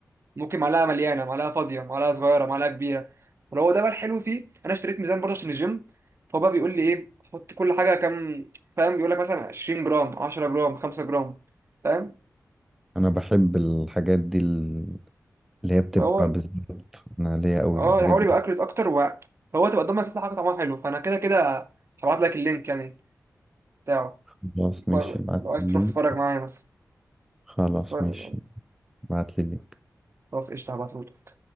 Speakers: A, on the right; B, in the centre.
A: ممكن معلقه مليانه معلقه فاضيه معلقه صغيره معلقه كبيره فلو هو ده بقى الحلو فيه انا اشتريت ميزان برضه عشان الجيم فهو بقى بيقول لي ايه حط كل حاجه كام فاهم بيقول لك مثلا 20 جرام 10 جرام 5 جرام فاهم
B: انا بحب الحاجات دي ال- اللي هي بتبقى
A: هو
B: بالظبط انا ليا قوي
A: اه
B: في الحاجات
A: الحوار
B: دي
A: يبقى اكرت اكتر و- فهو تبقى قدامك تطلع حاجه طعمها حلو فانا كده كده هبعت لك اللينك يعني بتاعه
B: خلاص
A: اتفرج-
B: ماشي ابعت
A: لو عايز
B: لي
A: تروح
B: اللينك
A: تتفرج معايا مثلا
B: خلاص
A: تتفرج-
B: ماشي ابعت لي اللينك
A: خلاص قشطه هبعته